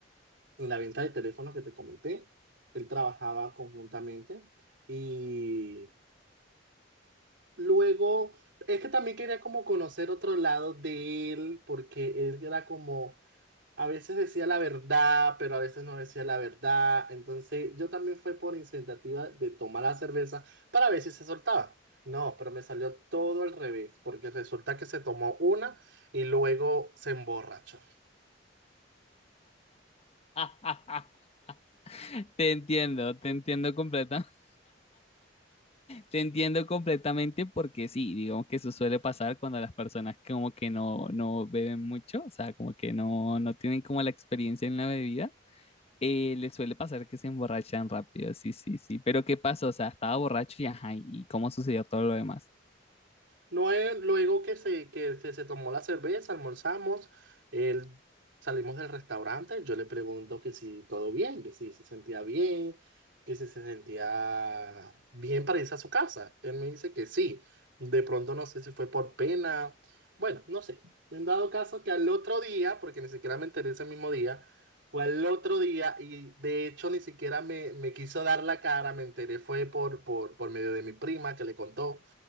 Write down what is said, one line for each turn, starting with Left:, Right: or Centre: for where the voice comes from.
Right: en la venta de teléfonos que te comenté. Él trabajaba conjuntamente y luego, es que también quería como conocer otro lado de él, porque él era como, a veces decía la verdad, pero a veces no decía la verdad. Entonces yo también fue por iniciativa de tomar la cerveza para ver si se soltaba. No, pero me salió todo al revés, porque resulta que se tomó una y luego se emborrachó.
Left: <laughs> Te entiendo, te entiendo completamente. Te entiendo completamente porque sí, digamos que eso suele pasar cuando las personas como que no, no beben mucho, o sea, como que no, no tienen como la experiencia en la bebida, eh, les suele pasar que se emborrachan rápido, sí, sí, sí. Pero ¿qué pasó? O sea, estaba borracho y ajá, ¿y cómo sucedió todo lo demás?
Right: No, eh, luego que se, que, que se tomó la cerveza, almorzamos, él- salimos del restaurante, yo le pregunto que si todo bien, que si se sentía bien, que si se sentía bien para irse a su casa. Él me dice que sí. De pronto no sé si fue por pena, bueno, no sé. En dado caso que al otro día, porque ni siquiera me enteré ese mismo día, fue al otro día y de hecho ni siquiera me, me quiso dar la cara, me enteré fue por, por, por medio de mi prima que le contó